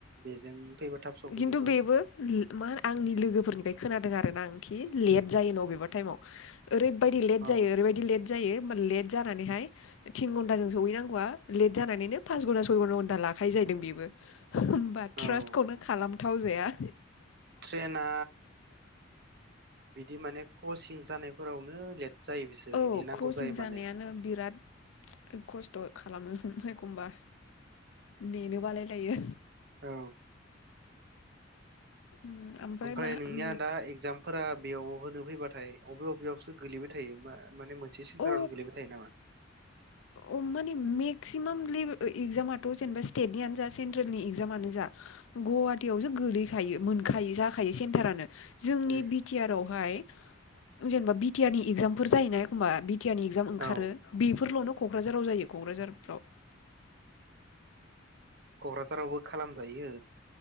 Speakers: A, on the right; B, on the left.
A: बेजों। फैबा थाब सफैगोन
B: खिन्थु
A: औ।
B: बेबो ल- मा आंनि लोगोफोरनिफ्राय खोनादों आरोना आं। खि लेट
A: उम
B: जायो अबेबा टाइमाव ओरैबायदि लेट
A: औ
B: जायो ओरैबायदि लेट जायो। लेट जानानैहाय थिन घन्टाजों सहैनांगौआ लेट जानानैनो पास घन्टा सय घन्टा लाखायो जाहैदों बेबो होमबा
A: औ
B: खौनो खालाम। थाव जाया।
A: ट्रेना बिदि माने कचिं जानायफोरावनो लेट जायो बिसोरो
B: औ
A: नेनांगौ
B: क्रसिं
A: जायो
B: जानायानो
A: माने
B: बिराद खस्थ खालामगोन एखमबा नेनो बालाय लायो।
A: औ
B: उम
A: ओमफ्राय
B: मा
A: नोंनिया
B: उम
A: दा एगजामफोरा बेयाव होनो फैबा थाय बबे बबेयावसो गोलैबाय थायो मा माने मोनसे सेन्टारावनो
B: औ
A: गोलैबाय थायो नामा
B: उम माने मेक्सिमाम लेबे इगजामाथ जेनेबा स्टेटनियानो जा सेन्ट्रेलनि इगजामानो जा गुवाहाटियावसो गोलैयो थायो मोनखायो जाखायो सेन्टारानो जोंनि
A: उम
B: बि टि आर आवहाय जेनेबा बि टि आर नि एगजामफोर जायोना एखमा बि टिया नि इगजाम ओंखारो
A: औ
B: बेफोरलनो कक्राझाराव जायो कक्राझारफोराव
A: कक्राझारावबो खालामजायो